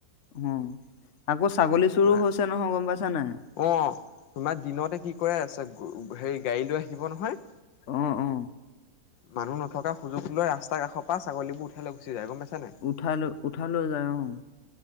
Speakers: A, on the left; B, on the left.
A: হুম, আকৌ ছাগলী চোৰ
B: তোমাৰ
A: হৈছে নহয় গ'ম পাইছা নাই?
B: অ', তোমাৰ দিনতে ঠিক কৰা আছে, গৰু হেৰি গাড়ী লৈ আহিব নহয়।
A: অ', অ'।
B: মানুহ নথকা সুযোগ লৈ ৰাস্তা কাষৰ পা ছাগলীবোৰ উঠাই লৈ গুচি যায়, গ'ম পাইছ নাই।
A: উঠা উঠা লৈ যায় অ'।